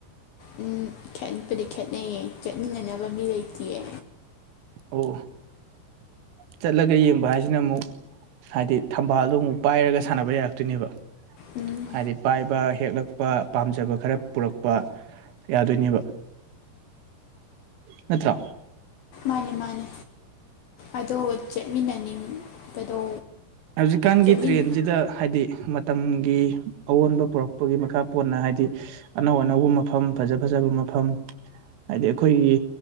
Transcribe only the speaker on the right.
ꯑꯣ ꯆꯠꯂꯒ ꯌꯦꯡꯕ ꯍꯥꯏꯁꯤꯅ ꯑꯃꯨꯛ ꯍꯥꯏꯗꯤ ꯊꯝꯕꯥꯜꯗꯣ ꯑꯃꯨꯛ ꯄꯥꯏꯔꯒ ꯁꯥꯟꯅꯕ ꯌꯥꯔꯛꯇꯣꯏꯅꯦꯕ
ꯍꯥꯏꯗꯤ ꯄꯥꯏꯕ ꯍꯦꯛꯂꯛꯄ ꯄꯥꯝꯖꯕ ꯈꯔ ꯄꯨꯔꯛꯄ ꯌꯥꯗꯣꯏꯅꯦꯕ ꯅꯠꯇ꯭ꯔꯣ
ꯍꯧꯖꯤꯛꯀꯥꯟꯒꯤ
ꯇ꯭ꯔꯦꯟꯖꯤꯗ ꯍꯥꯏꯗꯤ ꯃꯇꯝꯒꯤ ꯑꯑꯣꯟꯕ ꯄꫭꯔꯛꯄꯒꯤ ꯃꯈꯥ ꯄꯣꯟꯅ ꯍꯥꯏꯗꯤ ꯑꯅꯧ ꯑꯅꯧꯕ ꯃꯐꯝ ꯐꯖ ꯐꯖꯕ ꯃꯐꯝ ꯍꯥꯏꯗꯤ ꯑꯩꯈꯣꯏꯒꯤ